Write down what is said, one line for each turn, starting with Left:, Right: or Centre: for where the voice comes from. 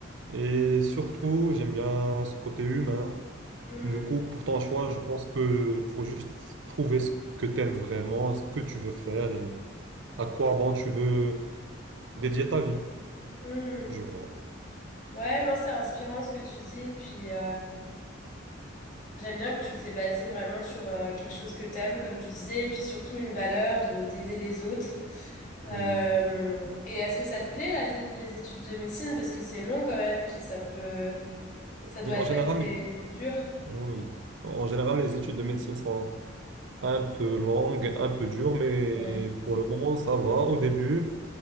Right: Et surtout, j'aime bien ce côté humain.
Left: Hmm,
Right: Du coup, pour ton choix, je pense que faut juste trouver ce que tu aimes vraiment, ce que tu veux faire et à quoi bon tu veux dédier ta vie.
Left: hmm.
Right: Je vois.
Left: Ouais, non, c'est inspirant ce que tu dis. Puis J'aime bien que tu t'es basé vraiment sur euh, quelque chose que t'aimes, comme tu disais, et puis surtout une valeur de d'aider les autres. Euh,
Right: Oui.
Left: et est-ce que ça te plaît, là, les les études de médecine? Parce que c'est long quand même, puis ça peut, ça doit
Right: Oui, en
Left: être
Right: général,
Left: assez
Right: les-
Left: dur.
Right: oui. En général, les études de médecine sont un peu longues, un peu dures, mais
Left: Ouais,
Right: pour le moment, ça va. Au début,